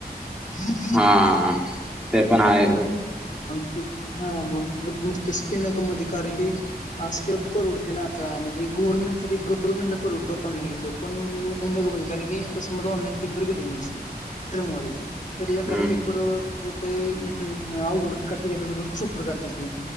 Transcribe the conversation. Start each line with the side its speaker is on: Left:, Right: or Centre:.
Left: खई खई <unintelligible>
Centre: हां.. ते पण आहे.
Left: ह <unintelligible> कारण की, आस परवडतय. तन आता गवर्नमेंट साठी पेपर म्हटलं परवडत ऑलाईन घेतल्यावर पण नको भाई कारण की तसं म ऑनलाइन पेपर घेतय नाहीस. तर मयज. <unintelligible> तरी एखादा
Centre: हम्म
Left: पेपरते अ अवघड काढते, एखाद्या पेपर सोप काढती ते.